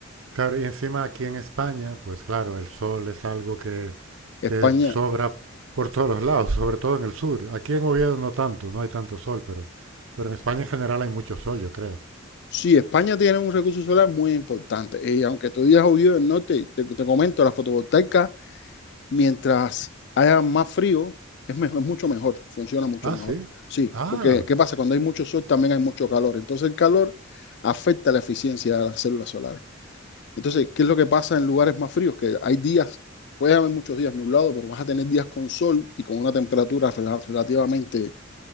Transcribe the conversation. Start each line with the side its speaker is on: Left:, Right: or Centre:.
Right: Claro, y encima aquí en España, pues claro, el sol es algo que,
Left: España,
Right: que sobra por todos los lados, sobre todo en el sur. Aquí en Oviedo no tanto, no hay tanto sol, pero, pero en España en general hay mucho sol, yo creo.
Left: sí, España tiene un recurso solar muy importante. Y aunque tú digas obvio, no te, te, te comento, la fotovoltaica Mientras haya más frío, es, mejor, es mucho mejor, funciona mucho
Right: Ah,
Left: mejor.
Right: sí.
Left: Sí,
Right: Ah,
Left: porque ¿qué pasa? Cuando hay mucho sol también hay mucho calor. Entonces el calor afecta la eficiencia de las células solares. Entonces, ¿qué es lo que pasa en lugares más fríos? Que hay días, puede haber muchos días nublados, pero vas a tener días con sol y con una temperatura rela- relativamente